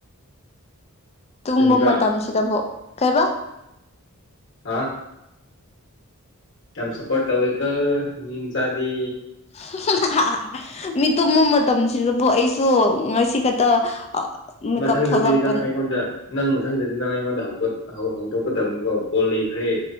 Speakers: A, on the left; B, on the left.
A: ꯇꯨꯝꯕ
B: ꯆꯟꯗ꯭ꯔꯥ
A: ꯃꯇꯝꯁꯤꯗꯕꯨ ꯀꯩꯕꯥ
B: ꯑ ꯌꯥꯝꯁ ꯄꯣ ꯇꯋꯦ ꯀ ꯃꯤꯟꯆꯥ ꯑꯗꯤ
A: <unintelligible> ꯃꯤ ꯇꯨꯝꯕ ꯃꯇꯝꯁꯤꯗꯕꯨ ꯑꯩꯁꯨ ꯉꯁꯤ ꯈꯛꯇ ꯃꯦꯀꯞ
B: ꯃꯊꯪꯗꯗꯤ
A: ꯊꯣꯛꯂꯛꯄ
B: ꯅꯪ ꯑꯩꯉꯣꯟꯗ ꯅꯪ ꯃꯊꯪꯗꯗꯤ ꯅꯪ ꯑꯩꯉꯣꯟꯗ ꯍꯧꯗꯣꯛꯀꯗꯕꯅꯤꯀꯣ ꯕꯣꯜ ꯂꯩꯈ꯭ꯔꯦ